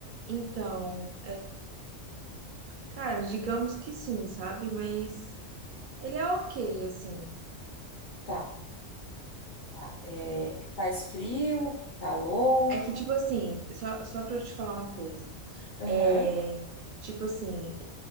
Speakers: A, on the right; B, on the left.
A: Então, cara, digamos que sim, sabe? Mas ele é ok, assim.
B: Tá, tá. É, faz frio, calor?
A: É que, tipo assim, só, só pra eu te falar uma coisa.
B: Aham,
A: É, tipo assim,